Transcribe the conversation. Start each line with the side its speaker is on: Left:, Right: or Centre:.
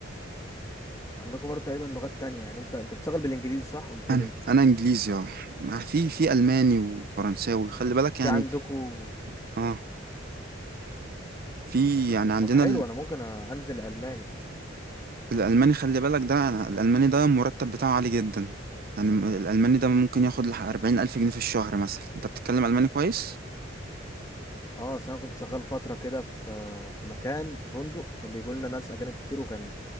Left: عندكم برضه تقريبا لغات تانية يعني انت انت بتشتغل بالانجليزي صح قلت
Right: انا
Left: لي انت
Right: انا انجليزي اه مع- في في الماني وفرنساوي خلي بالك يعني
Left: في عندكم
Right: اه في يعني عندنا
Left: طب حلو
Right: ال-
Left: انا ممكن انزل الماني
Right: الالماني خلي بالك ده أنا الالماني ده المرتب بتاعه عالي جدا يعني م- الالماني ده ممكن ياخد لح 40 الف جنيه في الشهر مثلا انت بتتكلم الماني كويس
Left: اه اصل انا كنت شغال فتره كده في في مكان في فندق كان بيجي لنا ناس اجانب كتير وكان